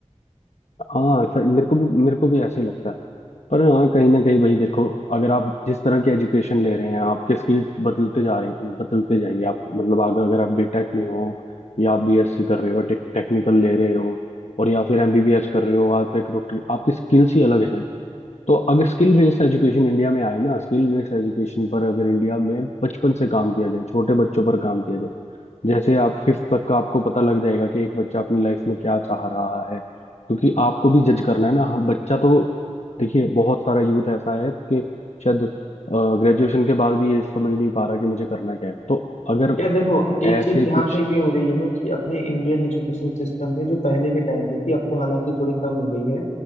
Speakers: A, on the left; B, on the left.
A: हाँ सर, मेरे को भी मेरे को भी ऐसे ही लगता है पर हाँ कहीं ना कहीं भाई देखो अगर आप जिस तरह की एजुकेशन ले रहे हैं आपके स्किल बदलते जा रहे बदलते जाएंगे आप मतलब अगर अगर आप बीटेक में हो या आप बीएससी कर रहे हो टेक, टेक्निकल ले रहे हो और या फिर एमबीबीएस कर रहे हो आप एक डॉक्टर आपकी स्किल्स ही अलग हैं तो अगर स्किल बेस्ड एजुकेशन इंडिया में आए ना स्किल बेस्ड एजुकेशन पर अगर इंडिया में बचपन से काम किया जाए छोटे बच्चों पर काम किया जाए जैसे आप फिफ्थ तक का आपको पता लग जाएगा कि एक बच्चा अपनी लाइफ में क्या चाह रहा है क्योंकि आपको भी जज करना है ना हम- बच्चा तो देखिए बहुत सारा यूथ ऐसा है कि शायद ग्रेजुएशन के बाद भी ये समझ नहीं पा रहा कि मुझे करना क्या है तो अगर
B: यार देखो एक
A: ऐसे
B: चीज यहाँ
A: कुछ
B: पे ये हो रही है ना कि अपने इंडियन एजुकेशन सिस्टम में जो पहले के टाइम पे थी अब तो हालांकि थोड़ी कम हो गई है